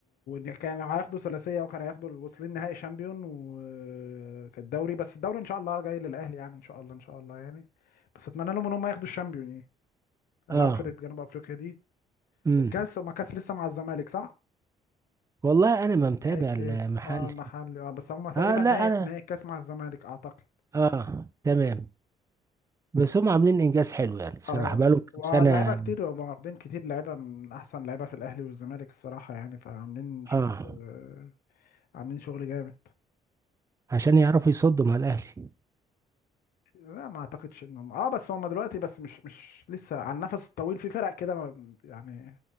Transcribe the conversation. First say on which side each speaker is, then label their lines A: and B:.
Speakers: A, on the left (about 65°); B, on the right (about 20°).
A: وكان هياخدوا ثلاثيه وكان هياخدوا واصلين نهائي شامبيون وكالدوري بس الدوري ان شاء الله جاي للاهلي يعني ان شاء الله ان شاء الله يعني بس اتمنى لهم ان هم ياخدوا الشامبيون يعني يلعبوا
B: اه
A: فرقه جنوب افريقيا دي
B: امم
A: والكاس ما كاس لسه مع الزمالك صح؟
B: والله أنا ما متابع
A: نهائي الكاس
B: المحل
A: اه محلي اه بس هم تقريبا
B: اه لا
A: نهائي
B: أنا
A: نهائي الكاس مع الزمالك اعتقد
B: اه تمام بس هم عاملين إنجاز حلو يعني بصراحة
A: اه
B: بقالهم
A: ولاعيبه
B: كام سنة
A: كتير هم واخدين كتير لعيبه من احسن لعيبه في الاهلي والزمالك الصراحه يعني فعاملين شغل
B: اه
A: آه، عاملين شغل جامد
B: عشان يعرفوا يصدوا مع الأهلي
A: لا ما اعتقدش انهم اه بس هم دلوقتي بس مش مش لسه على النفس الطويل في فرق كده ما- يعني